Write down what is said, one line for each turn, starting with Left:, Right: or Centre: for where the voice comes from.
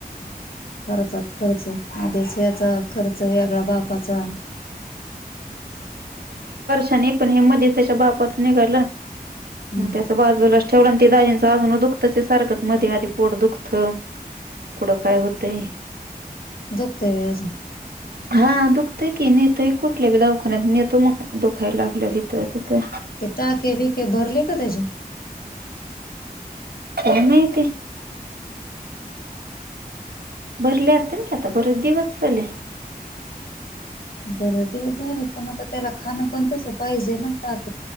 Left: खर्चात खर्च आदेश याचा खर्च वेगळा बापाचा
Right: प म त्याच्या बाच निघा
Left: हम्म
Right: त्याजला चव ते दाजीं अजून दुखतच सारखंच मध्ये आधी पोट दुखतं कुढं काय होतंय
Left: झकते वयाज
Right: हा दुखतय की नेतोय कुठले दवाखान्यात नेतो मग दुखायला लागल हथं तिथे
Left: ते टाके बिके भरले का त्याचे
Right: चमयती भरले असते की आता बर दिवस झाले
Left: बर दिवस झाले पण आता त्याला खाणं पण तस पाहिजे ना टाक